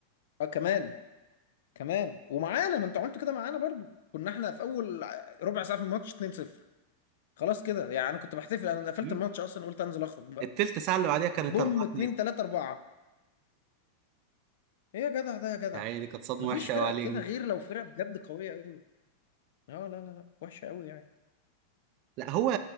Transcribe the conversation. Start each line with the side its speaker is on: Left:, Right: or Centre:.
Left: اه كمان كمان ومعانا ما انتوا عملتوا كده معانا برضو كنا احنا في اول ع- ربع ساعه في الماتش 2 0 خلاص كده يعني انا كنت بحتفل انا قفلت
Right: مم.
Left: الماتش اصلا قلت انزل اخرج بقى
Right: التلت ساعة اللي بعديها كانت
Left: بوم
Right: 4
Left: 2
Right: 2
Left: 3 4 ايه يا جدع ده يا جدع
Right: يعني دي كانت صدمة
Left: مفيش
Right: وحشة
Left: فرقه
Right: قوي عليك
Left: كده
Right: دي
Left: غير لو فرقه بجد قويه قوي اه لا لا لا وحشه قوي يعني
Right: لا هو